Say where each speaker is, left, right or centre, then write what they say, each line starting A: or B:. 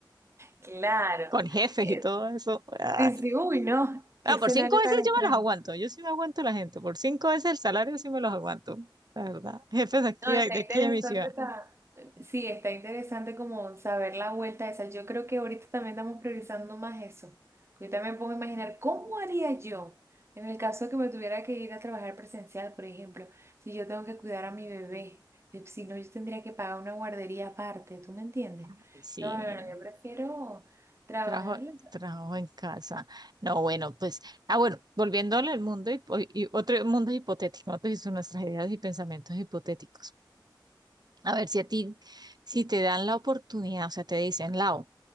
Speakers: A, on the right; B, on the right.
A: Claro.
B: Con jefes
A: Eh,
B: y todo eso. Ah,
A: sí, sí, uy, no, qué
B: ah,
A: escenario
B: por cinco veces
A: tan extraño.
B: yo me los aguanto, yo sí me aguanto la gente, por cinco veces el salario sí me los aguanto, la verdad. Jefes de aquí,
A: No,
B: de
A: está interesante,
B: aquí de mi ciudad.
A: está sí, está interesante como saber la vuelta esa. Yo creo que ahorita también estamos priorizando más eso. Ahorita me pongo a imaginar cómo haría yo en el caso que me tuviera que ir a trabajar presencial, por ejemplo, si yo tengo que cuidar a mi bebé, eh, si no, yo tendría que pagar una guardería aparte, ¿tú me entiendes?
B: Ay, Sí,
A: No, no, no, yo prefiero trabajar.
B: Trabajo,
A: en la-
B: trabajo en casa. No, bueno, pues, ah, bueno, volviéndole al mundo hipo- y otro mundo hipotético, nosotros son nuestras ideas y pensamientos hipotéticos. A ver si a ti, si te dan la oportunidad, o sea, te dicen, Lau,